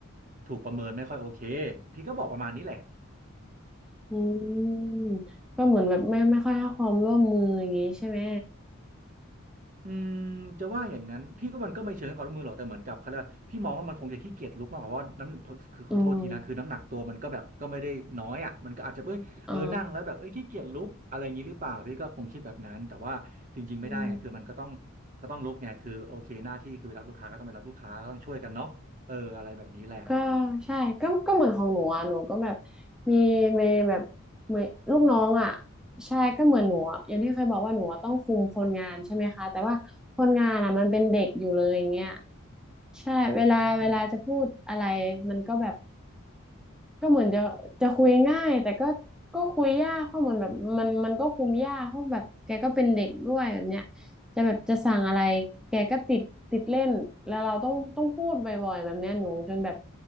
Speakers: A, on the right; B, in the centre.
A: ถูกประเมินไม่ค่อยโอเค พี่ก็บอกประมาณนี้แหละ
B: อืมก็เหมือนแบบไม่ไม่ค่อยให้ความร่วมมืออย่างงี้ใช่ไหม
A: อืมจะว่าอย่างนั้นพี่ก็มันก็ไม่เชิงให้ความร่วมมือหรอกแต่เหมือนกับเขาเรียกว่าพี่มองว่ามันคงจะขี้เกียจลุกมากกว่าเพราะว่าน้ำคือขอโทษทีนะคือน้ำหนักตัวมันก็แบบก็ไม่ได้น้อยอ่ะมันก็อาจจะเอ้ยเออนั่งแล้วแบบเอ้ยขี้เกียจลุกอะไรอย่างนี้หรือเปล่าพี่ก็คงคิดแบบนั้นแต่ว่าจริงๆไม่ได้ไงคือมันก็ต้อง
B: อืมอ๋ออืม
A: ก็ต้องลุกไงคือโอเคหน้าที่คือไปรับลูกค้าก็ต้องไปรับลูกค้าก็ต้องช่วยกันเนาะเอออะไรแบบนี้แหละ
B: ก็ใช่ก็ก็เหมือนของหนูอ่ะหนูก็แบบมีมีแบบมีลูกน้องอ่ะใช่ก็เหมือนหนูอะอย่างที่เคยบอกว่าหนูอะต้องคุมคนงานใช่ไหมคะแต่ว่าคนงานอ่ะมันเป็นเด็กอยู่เลยอย่างเงี้ยใช่เวลาเวลาจะพูดอะไรมันก็แบบ
A: อืม
B: ก็เหมือนจะจะคุยง่ายแต่ก็ก็คุยยากเพราะเหมือนแบบมันมันก็คุมยากเพราะแบบแกก็เป็นเด็กด้วยแบบเนี้ยจะแบบจะสั่งอะไรแกก็ติดติดเล่นแล้วเราต้องต้องพูดบ่อยๆแบบเนี้ยหนูจนแบบ